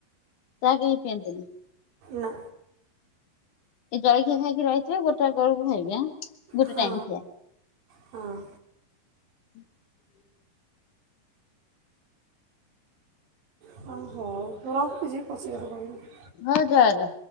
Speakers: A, on the left; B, on the right.
A: ତା କେହି ପିଅନ୍ତିନି।
B: ନା
A: ଏ ଜଳଖିଆ ଖାଇକି ରହିଥିବେ ଗୋଟାଏ ବେଳକୁ ଖାଇବେ ଆଁ ଗୋଟେ
B: ହଁ
A: ଟାଇମ ଖିଆ
B: ହଁ
A: ହୁଁ <unintelligible>
B: ହ ହଉ ମୁଁ ରଖୁଛିି ପଛେଗଲେ କରିବି।
A: ହଁ ଯା ଯା